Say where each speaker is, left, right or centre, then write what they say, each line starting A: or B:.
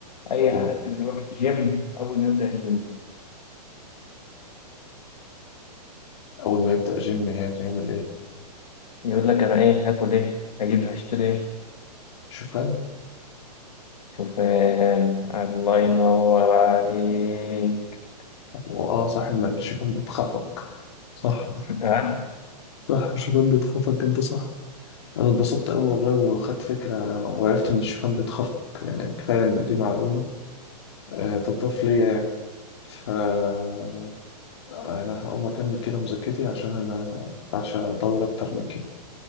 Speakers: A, on the left; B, on the left.
A: أي
B: هو
A: حد بيروح الجيم أول ما يبدأ الجيم
B: أول ما يبدأ جيم يعني يعمل إيه؟
A: يقول لك أنا إيه هاكل إيه هجيب هشتري إيه
B: شوفان
A: شوفان الله ينور عليك
B: آه صح ما الشوفان بيتخفق صح
A: آه.
B: صح الشوفان بيتخفق أنت صح أنا اتبسطت أوي والله وخدت فكرة وعرفت إن الشوفان بيتخفق يعني كفاية إن دي معلومة آه تضاف ليا يعني فأنا هقوم أكمل كده مذاكرتي عشان أنا عشان أطول أكتر من كده